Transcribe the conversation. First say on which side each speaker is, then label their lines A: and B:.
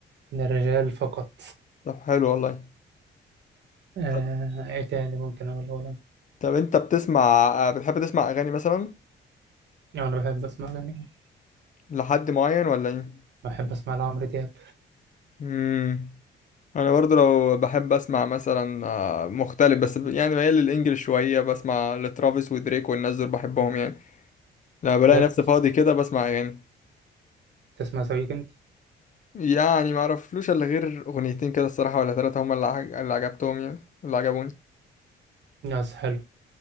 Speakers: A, on the right (about 60°); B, on the left (about 40°).
A: للرجال فقط
B: طب حلو والله
A: آه
B: طب,
A: إيه تاني ممكن أقوله لك
B: طب أنت بتسمع آه، بتحب تسمع أغاني مثلا؟
A: يعني أنا بحب أسمع أغاني
B: لحد معين ولا ايه
A: بحب أسمع لعمرو دياب
B: امم انا برضو لو بحب اسمع مثلا آه، مختلف بس ب- يعني ميال للانجليش شويه بسمع لترافيس ودريك والناس دول بحبهم يعني لما بلاقي
A: بجد
B: نفسي فاضي كده بسمع اغاني
A: تسمع ذا ويكند
B: يعني ما اعرفلوش الا غير اغنيتين كده الصراحه ولا ثلاثه هم اللي عج- اللي عجبتهم يعني اللي عجبوني
A: ناس حلو